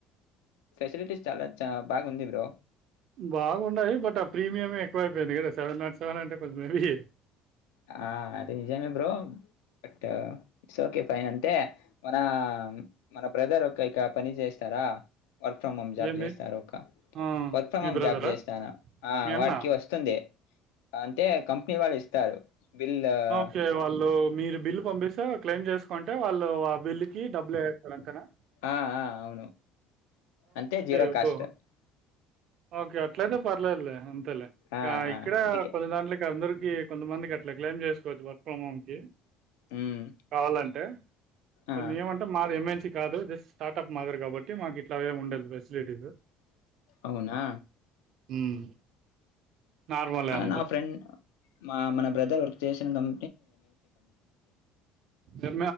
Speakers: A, on the left; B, on the right.
A: ఫెసిలిటీస్ చాలా చ బాగా ఉంది బ్రో
B: బాగున్నాయి బట్ ఆ ప్రీమియం ఎక్కువైపోయింది కదా సెవెన్ నాట్ సెవెన్ అంటే కొంచెం ఇవి
A: ఆది నిజానికి బ్రోట్ట ఇట్స్ ఓకే ఫైన్ అంటే మన మన బ్రదర్ ఒక ఇక పని చేస్తారా వర్క్ ఫ్రమ్ హోమ్ జాబ్
B: ఏంది?
A: చేస్తారు ఒక
B: ఆ!
A: వర్క్ ఫ్రమ్
B: మీ
A: హోమ్
B: బ్రదరా?
A: జాబ్ చేస్తాను ఆ
B: మీ అన్నా?
A: వాడికి వస్తుంది అంటే కంపెనీ వాళ్ళు ఇస్తారు బిల్ ఆ
B: కే వాళ్ళు మీరు బిల్లు పంపిస్తా క్లెమ్ చేసుకుంటే వాళ్ు ఆ బిల్ కి డబ్బులు వేస్తాకనా
A: ఆ ఆ అవును అంతే జీరో
B: అబ్బో!
A: కాస్ట్
B: ఓకే అట్లయితే పర్లేదులే లే
A: ఆ
B: ఇక్కడ
A: ఆ అందుకే.
B: కొన్ని దాంట్లకి అందరు కొంత మందికి అలా కలైమ్ చేసుకోవచ్చు వర్క్ ఫ్రమ్ హోమ్ కి
A: హ్మ్.
B: కావాలంటే
A: ఆ
B: ఇ ఏమంటే మాది ఏమ కాదు జస్ట్ స్టార్ట్ప్ మాదిరి కాబట్టి మాకు ఇట్లా ఉండదు ఫెసిలిటీస్
A: అవునా
B: హ్మ్. నార్మలే అంతా.
A: నా ఫ్రెండ్ మా మన బ్రదర్ వర్క్ చేసిన కం
B: ఎ